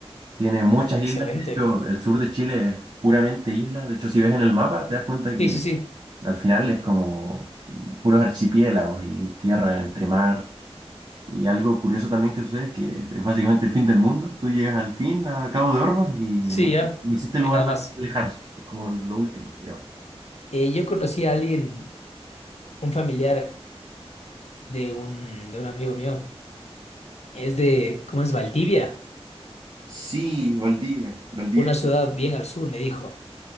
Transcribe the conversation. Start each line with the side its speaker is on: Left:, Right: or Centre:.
Right: tiene muchas
Left: excelente.
Right: islas, de hecho el sur de Chile es puramente isla, de hecho si ves en el mapa te das cuenta que
Left: Sí, sí, sí.
Right: al final es como puros archipiélagos y tierra entre mar. Y algo curioso también que sucede es que es básicamente el fin del mundo. Tú llegas al fin, a Cabo de Hornos, y
Left: Sí,
Right: no,
Left: ya.
Right: no existe lugar
Left: No hay nada
Right: más
Left: más.
Right: lejano. Es como lo último, digamos.
Left: Eh, yo conocí a alguien, un familiar de un, de un amigo mío. Es de, ¿cómo es? Valdivia,
Right: Sí, Valdivia. Valdivia.
Left: una ciudad bien al sur, me dijo.